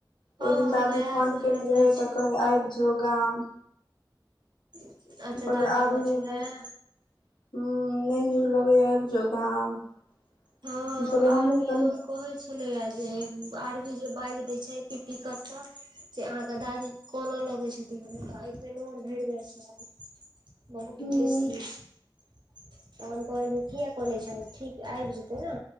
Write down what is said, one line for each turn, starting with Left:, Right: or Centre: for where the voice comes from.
Left: ओहि
Right: हँ
Left: दिन दादी
Right: नया
Left: फोन
Right: शहर
Left: कयने
Right: जाइ
Left: रहै
Right: छै
Left: तऽ कहै आबि जो गाम
Right: <inaudible>
Left: <unintelligible> हूँ नहि
Right: कहै छलै
Left: नीक लगैया आबि जो गाम।
Right: हँ
Left: हम कहलियै
Right: आरबीओ
Left: हमहुँ गाम
Right: कहै छै होैया जे आरमी जे बाज दै छै पी पी क त से अहाँके दादी कऽनऽ लगै छै त हुनका अखि में नोर भइर जाइ छै बहुत
Left: हूँ
Right: बेसी त हम कहल किया कोनै छ ठीक आब जेते तै ने